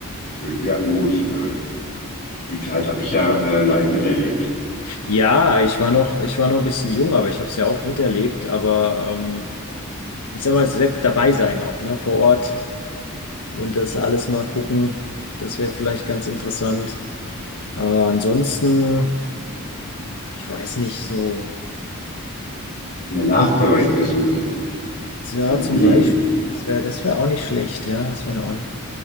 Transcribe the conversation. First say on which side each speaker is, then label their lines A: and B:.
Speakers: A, on the left; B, on the left.
A: ja, gut. Äh, die Zeit habe ich ja äh, live miterlebt.
B: Ja, ich war noch, ich war noch ein bisschen jung, aber ich habe es ja auch miterlebt. Aber ähm, ich sag mal, selbst dabei sein auch, ne, vor Ort und das alles mal gucken, das wäre vielleicht ganz interessant. Äh, ansonsten, ich weiß nicht so,
A: Eine Love Parade
B: weiß,
A: besuchen
B: ja,
A: in Berlin.
B: zum Beispiel, das wäre, das wäre auch nicht schlecht, ja, das wäre auch, ein-